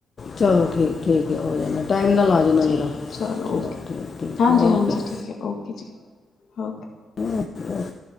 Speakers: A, on the left; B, on the left.
A: ਚਲੋ, ਠੀਕ- ਠੀਕ ਹੈ ਹੋ ਜਾਣਾ। ਟਾਈਮ ਨਾਲ ਆ ਜਾਣਾ
B: ਠੀਕ,
A: ਜਰਾ
B: ਚਲੋ ਓਕੇ
A: ਠੀਕ ਠੀਕ
B: ਹਾਂਜੀ
A: ਓਕੇ
B: ਹਾਂਜੀ ਠੀਕ ਹੈ ਓਕੇ ਜੀ ਓਕੇ।
A: <inaudible>